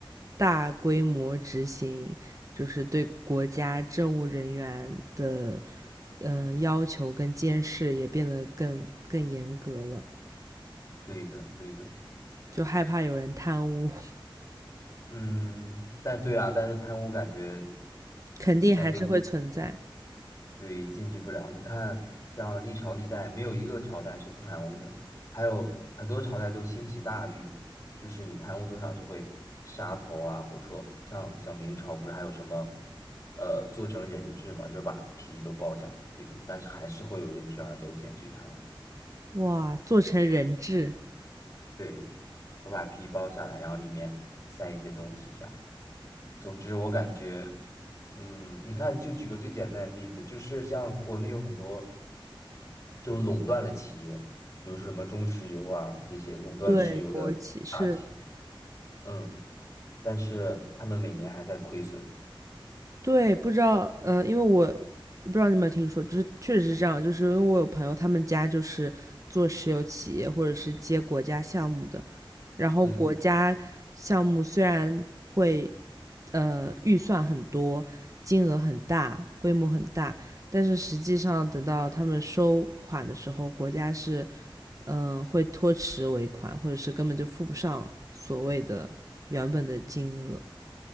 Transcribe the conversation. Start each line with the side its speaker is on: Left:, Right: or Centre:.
Right: 大规模执行，就是对国家政务人员的嗯、呃要求跟监视也变得更更严格了，
Left: 对的，对的，
Right: 就害怕有人贪污，
Left: 嗯，但对啊，但是贪污感觉，
Right: 肯定还是会存在。
Left: 感都对，禁止不了。你看，像历朝历代，没有一个朝代是不贪污的，还有很多朝代都兴起大狱，就是你贪污多少就会杀头啊，或者说像像明朝不是还有什么，呃，做成人质嘛，就是把皮都剥下来这种，但是还是会有人铤而走险去贪污，
Right: 哇，做成人质，
Left: 对，会把皮剥下来，然后里面塞一些东西这样。总之，我感觉。嗯，你看，就举个最简单的例子，就是像国内有很多就垄断的企业，比如说什么中石油啊这些垄断石油的大企业，
Right: 对国企是。
Left: 嗯，但是他们每年还在亏损，
Right: 对，不知道，嗯呃，因为我不知道你有没有听说，就是确实是这样，就是因为我有朋友，他们家就是做石油企业或者是接国家项目的，然后国家项目虽然会，
Left: 嗯，
Right: 呃，预算很多，金额很大，规模很大，但是实际上等到他们收款的时候，国家是，嗯、呃会拖迟尾款，或者是根本就付不上所谓的原本的金额。